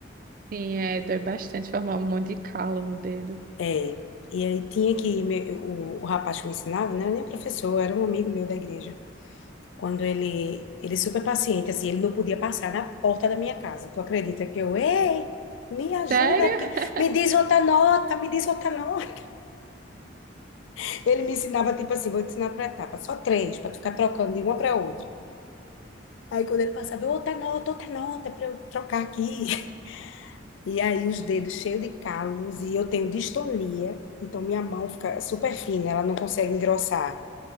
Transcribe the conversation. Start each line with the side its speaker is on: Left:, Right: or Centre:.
Right: sim, é, dói bastante formar um monte de calo no dedo.
Left: É. E aí tinha que, me- o, o rapaz que me ensinava, não era nem professor, era um amigo meu da igreja. Quando ele, ele é super paciente, assim, ele não podia passar na porta da minha casa. Tu acredita que eu, ei, me ajuda
Right: Sério?
Left: aqui,
Right: <laughs>
Left: me diz outra nota, me diz outra nota. <laughs> Ele me ensinava, tipo assim, vou te ensinar por etapa, só três, pra tu ficar trocando de uma pra outra. Aí quando ele passava, eu, outra nota, outra nota para eu trocar aqui. <laughs> E aí os dedos cheios de calos e eu tenho distonia, então minha mão fica super fina, ela não consegue engrossar,